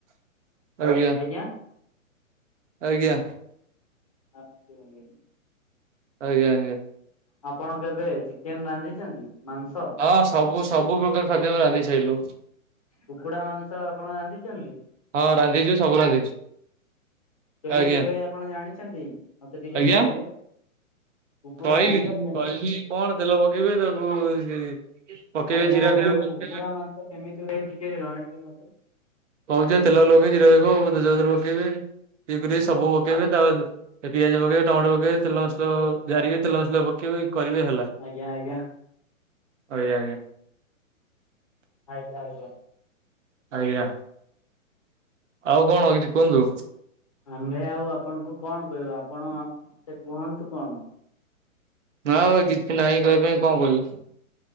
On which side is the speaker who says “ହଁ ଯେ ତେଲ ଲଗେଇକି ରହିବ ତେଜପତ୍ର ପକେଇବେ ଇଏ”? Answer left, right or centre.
Right